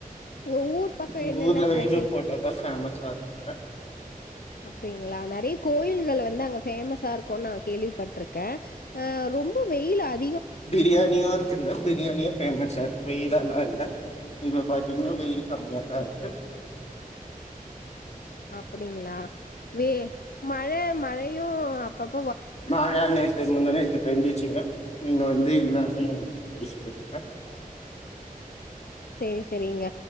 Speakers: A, on the left; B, on the left.
A: உங்க ஊர் பக்கம்
B: எங்க
A: என்னென்ன
B: ஊர்ல
A: ஸ்பெஷல்
B: வேலூர் கோட்டை தான் ஃபேமஸா இருக்கு
A: அப்படிங்களா நிறைய கோயில்கள் வந்து அங்க ஃபேமஸா இருக்கும்னு நான் கேள்விப்பட்டிருக்கேன் ஆஹ் ரொம்ப வெயிலா அ
B: பிரியாணி இருக்குங்க பிரியாணி எங்க சர்ப்ரைஸ்சா எல்லாம் இல்ல இப்ப பாரத்திங்கன்னா வெயில் கம்மியாத்தா இருக்கு
A: அப்படிங்களா வே மழை மழையும் அப்பப்
B: மழ நேத்து முந்தா நேத்து பெஞ்சிருச்சுங்க நீங்க வந்து இல்லங்கிறீங்க நீங்க பேசிட்டு இருங்க
A: செரி செரிங்க